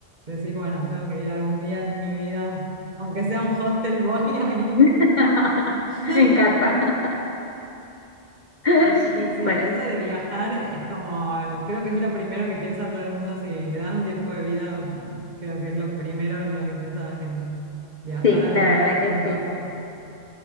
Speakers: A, on the right; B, on the left.
A: decís, bueno, tengo que ir algún día en mi vida, aunque sea un hostel, <laughs> voy a ir.
B: <laughs>
A: <laughs>
B: me encanta. <laughs>
A: Así que sí,
B: Bueno,
A: eso de viajar es como, el- creo que es lo primero que piensa todo el mundo. Si le dan un tiempo de vida, creo que es lo primero en lo que piensa la gente. Viajar
B: sí,
A: a
B: la
A: los lugares
B: verdad
A: que
B: que
A: nunca
B: sí.
A: fue.